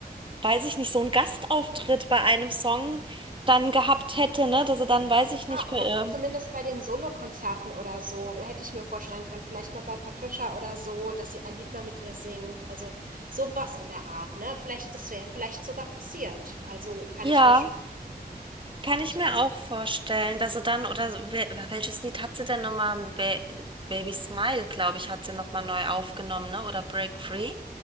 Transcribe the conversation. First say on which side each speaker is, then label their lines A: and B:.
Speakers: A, on the right; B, on the right.
A: weiß ich nicht, so einen Gastauftritt bei einem Song dann gehabt hätte, ne? Dass sie dann, weiß ich nicht,
B: Ah,
A: für,
B: oder
A: ähm,
B: zumindest bei den Solokonzerten oder so, hätte ich mir vorstellen können, vielleicht mal bei Patricia oder so, dass sie ein Lied mal mit ihr singt. Also sowas in der Art, ne? Vielleicht das wäre vielleicht sogar passiert. Also, kann
A: ja.
B: ich mir schon vorstellen.
A: Kann
B: Und
A: ich mir
B: also
A: auch vorstellen, dass sie dann, oder wel- welches Lied hat sie denn nochmal? Ba Baby Smile, glaube ich, hat sie nochmal neu aufgenommen, ne? Oder Break Free,